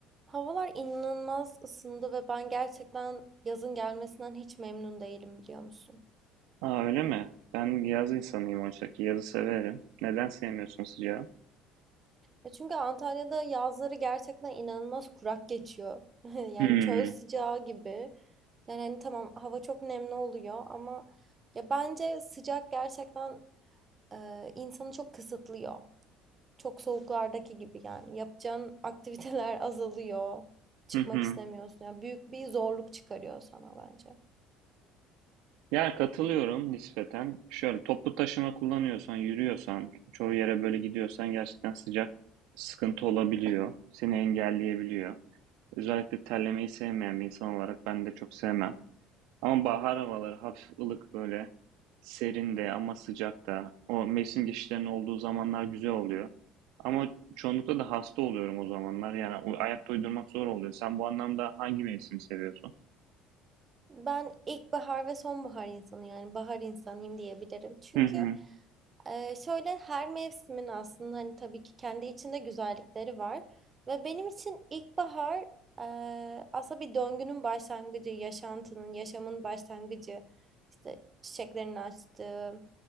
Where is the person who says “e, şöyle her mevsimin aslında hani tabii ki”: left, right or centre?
Right